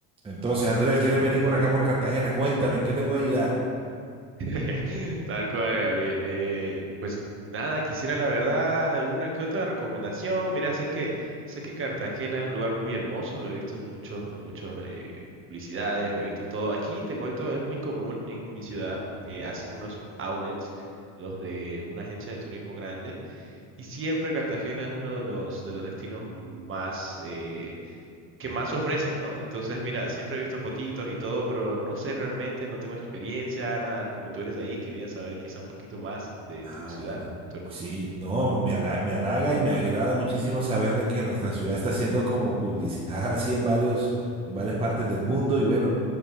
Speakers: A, on the right; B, on the right.
A: Entonces, Andrés, ¿quieres venir por acá por Cartagena? Cuéntame, ¿en qué te puedo ayudar?
B: <laughs> Tal cual, Gabriel. Eh, pues nada, quisiera la verdad alguna que otra recomendación. Mira, sé que sé que Cartagena es un lugar muy hermoso, lo he visto en muchos en muchos eh, publicidades, revistas, todo. Aquí te cuento, es muy común en mi ciudad que hacen unos outlets, los de una agencia de turismo grande, y siempre Cartagena es uno de los de los destinos más eh, que más ofrecen, ¿no? Entonces, mira, siempre he visto fotitos y todo, pero no sé realmente, no tengo experiencia, nada. Como tú eres de ahí, quería saber quizá un poquito más de
A: Ah,
B: tu
A: bueno.
B: ciudad, tu hermano.
A: Sí, no, me hala- me halaga y me agrada muchísimo saber de que nuestra ciudad está siendo como publicitada <laughs> así en varios, en varias partes del mundo. Y bueno,